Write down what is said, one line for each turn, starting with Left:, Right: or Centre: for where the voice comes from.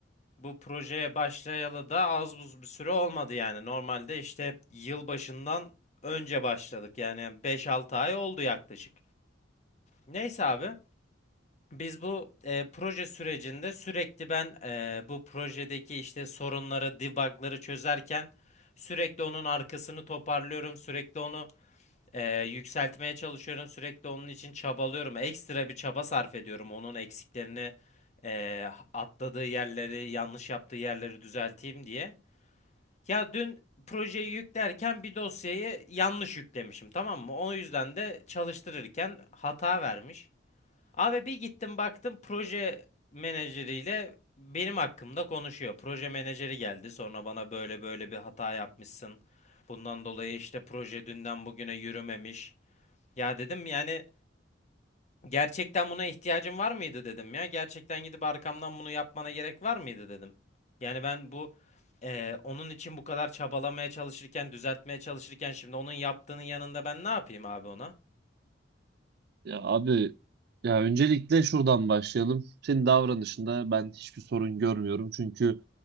Left: Bu projeye başlayalı da az buz bir süre olmadı yani. Normalde işte yıl başından önce başladık. Yani beş altı ay oldu yaklaşık. Neyse abi. Biz bu e, proje sürecinde sürekli ben e, bu projedeki işte sorunları, debugları çözerken sürekli onun arkasını toparlıyorum, sürekli onu e, yükseltmeye çalışıyorum, sürekli onun için çabalıyorum. Ekstra bir çaba sarf ediyorum onun eksiklerini, e, atladığı yerleri, yanlış yaptığı yerleri düzelteyim diye. Ya dün projeyi yüklerken bir dosyayı yanlış yüklemişim, tamam mı? O yüzden de çalıştırırken hata vermiş. Abi bir gittim baktım proje menajeriyle benim hakkımda konuşuyor. Proje menajeri geldi sonra bana böyle böyle bir hata yapmışsın. Bundan dolayı işte proje dünden bugüne yürümemiş. Ya dedim yani gerçekten buna ihtiyacın var mıydı dedim ya. Gerçekten gidip arkamdan bunu yapmana gerek var mıydı dedim. Yani ben bu eee, onun için bu kadar çabalamaya çalışırken düzeltmeye çalışırken şimdi onun yaptığının yanında ben ne yapayım abi ona?
Right: Ya abi ya öncelikle şuradan başlayalım. Senin davranışında ben hiçbir sorun görmüyorum. Çünkü